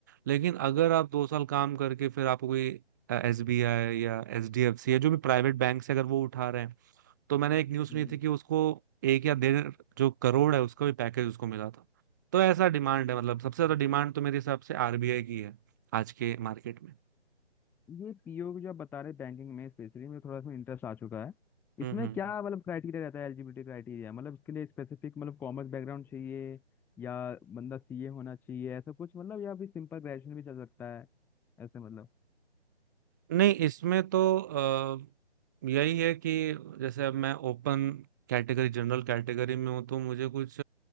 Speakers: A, on the right (about 15°); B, in the centre.
A: लेकिन अगर आप दो साल काम करके फिर आपको कोई एस बी आई या एच डी एफ सी या जो भी प्राइवेट बैंक से अगर वो उठा रहे हैं तो मैंने एक न्यूज़ सुनी
B: हम्म
A: थी कि उसको एक या डेढ़ जो करोड़ है उसका भी पैकेज उसको मिला था तो ऐसा डिमांड है मतलब सबसे ज्यादा डिमांड तो मेरे हिसाब से आरबीआई की है आज के मार्केट में
B: ये पीओ जो आप बता रहे बैंकिंग में स्पेशली मुझे थोड़ा सा इंटरेस्ट आ चुका है इसमें
A: हम्म हम्म।
B: क्या मतलब क्राइटेरिया रहता है एलिजिबिलिटी क्राइटेरिया मतलब इसके लिए स्पेसिफिक मतलब कॉमर्स बैकग्राउंड चाहिए या बंदा सीए होना चाहिए ऐसा कुछ मतलब या फिर सिंपल ग्रेजुएशन भी चल सकता है ऐसे मतलब
A: नहीं इसमें तो अ, यही है कि जैसे अब मैं ओपन कैटेगरी जनरल कैटेगरी में हूँ तो मुझे कुछ